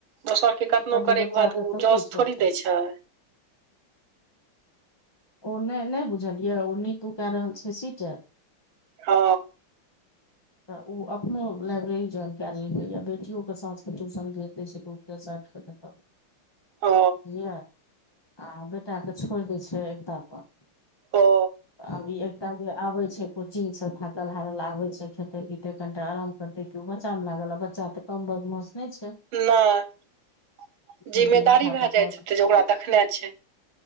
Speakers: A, on the right; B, on the left.
A: दोसर के
B: पत्नी
A: कतनो
B: पर जे
A: करे
B: बच्चा
A: के बाद ओ
B: कते
A: जस
B: छोड़तै
A: थोड़ी दे छै
B: ओ नहि नहि बुझल ये ओ नीतू कऽ रहल छै सीटे
A: ह
B: तऽ ओ अपनो लाइब्रेरी ज्वाइन कर लेलकै या बेटियो के साँस के ट्यूशन भेज दै छै तऽ <unintelligible> बजै बुझलियै
A: हँ
B: आ बेटा के छोड़ि दै छै एकदा पर
A: ओ
B: अभी एकटा जे आबे छै कोचिंग सँ थाकल हारल आबे छै खेते कते कनिटा आराम करते क बच्चा मे लागल आ बच्चा ते कम बदमाश नहि छै
A: नहि
B: भरि
A: जिम्मेदारी
B: दिन उठा
A: भाय
B: पटा
A: जाय छै जे ओकरा देखने छै